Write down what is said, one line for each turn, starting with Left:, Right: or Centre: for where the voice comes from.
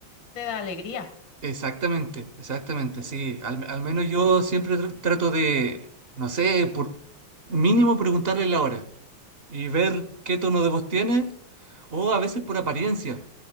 Left: te da alegría.
Right: Exactamente, exactamente,
Left: Sí,
Right: sí. Al, al menos yo siempre tr- trato de, no sé, por mínimo preguntarle la hora y ver qué tono de voz tiene o a veces por apariencia.